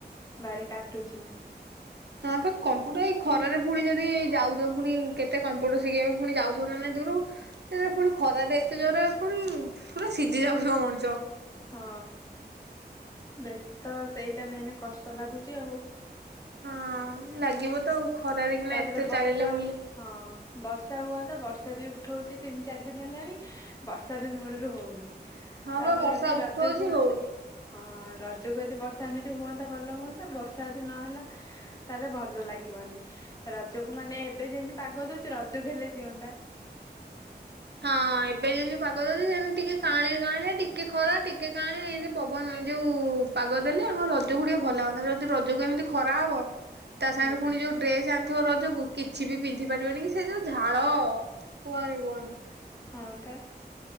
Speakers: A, on the left (about 20°); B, on the right (about 75°).
A: ବାରି କାଟ ଟୁଛିି।
B: ହଁ ପା କମ୍ପୁଟର ଏଇ ଖରାରେ ପୁଣି ଯଦି ଯାଉ ଯାଉ ପୁଣି କେତେ କମ୍ପ୍ୟୁଟର ଶିଖିବା ପାଇଁ ପୁଣି ଯାଉଥୁବ ନା ନାଇଁ ଦୂରୁକୁ ସେ ଜୋଉ ଫୁଣି ଖରା ରେ ଏତେ ଜୋରରେ ଫୁଣି ପୁରା ସିଜି ଯାଉଥିବ ମଣିଷ।
A: ହଁ ବେଶୀ ତ ସେଇଟା ମେନେ କଷ୍ଟ ଲାଗୁଚି ଆଉ।
B: ହଁ ଲାଗିବ ତ ଆଉ। ଖରାରେ କିନା
A: ତାପରେ
B: ଏତେ
A: ବର୍ଷା
B: ଚାଲିଲେ ବୁଲି
A: ଉ ହଁ ବର୍ଷା ହୁଅନ୍ତା ବର୍ଷା ବର୍ଷା ବି ଉଠଉଚି ତିନି ଚାରି ଦିନ ହେଲାଣି ବର୍ଷା ବି ମୂଳୁରୁ ହଉନି।
B: ହଁ
A: ତାପରେ
B: ପା ବର୍ଷା
A: ଯଦି
B: ଉଠଉଚି
A: ରଜକୁ
B: ହଉନି।
A: ହଁ ରଜକୁ ଯଦି ବର୍ଷା ଏମିତି ହୁଅନ୍ତା ଭଲ ହୁଅନ୍ତା ବର୍ଷା ଯଦି ନହେଲା ତାହେଲେ ଭଲ ଲାଗିବନି। ରଜକୁ ମାନେ ଏବେ ଯେମିତି ପାଗ ଦଉଚି ରଜ କୁ ହେଲେ ଦିଅନ୍ତା।
B: ହଁ ଏବେ ଯେମିତି ପାଗ ଦଉଚି ସେମିତି ଟିକେ କାଆଁଳିଆ କାଆଁଳିଆ ଟିକେ ଖରା ଟିକେ କାଆଁଳିଆ ଏନ୍ତି ପବନ ଏ ଯୋଉ ପାଗ ଦେଲେ ହଁ ରଜକୁ ଟିକେ ଭଲ ଲାଗନ୍ତା ଯଦି ରଜକୁ ଏମିତି ଖରା ହବ ତା
A: ହୁଁ।
B: ସାଙ୍ଗରେ ଫୁଣି ଯୋଉ ଡ୍ରେସ ଆ ଥିବ ରଜକୁ କିଛି ବି ପିନ୍ଧି ପାରିବନି କି ସେ ଯୋଉ ଝାଳ କୁହନି କୁହନି।
A: ହଁ ପା